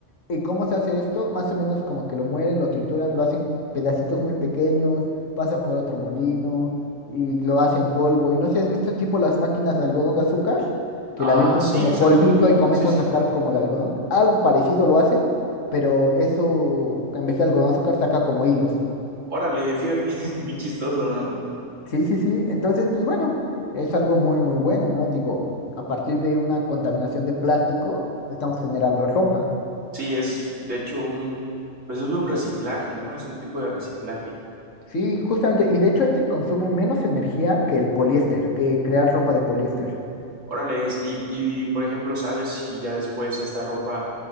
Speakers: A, on the left (about 85°); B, on the right (about 90°).
A: ¿Y cómo se hace esto? Más o menos como que lo muelen, lo trituran, lo hacen pedacitos muy pequeños, pasa por otro molino y lo hacen polvo. Y no sé si has visto tipo las máquinas de algodón de azúcar, que
B: Ah,
A: la avientan
B: sí,
A: como
B: exactamente.
A: polvito y comienza
B: Sí, sí.
A: a sacar como el algodón. Algo parecido lo hacen, pero eso en vez de algodón de azúcar saca como hilos.
B: Órale, fíjate, <laughs> qué chistoso, ¿no?
A: Sí, sí, sí. Entonces, pues bueno, es algo muy, muy bueno, ¿no? Digo, a partir de una contaminación de plástico, estamos generando ropa.
B: Sí, es de hecho un, pues es un reciclaje, ¿no? Es un tipo de reciclaje.
A: Sí, justamente. Y de hecho, este consume menos energía que el poliéster, que crear ropa de poliéster.
B: Órale, es, y, y por ejemplo, ¿sabes si ya después esta ropa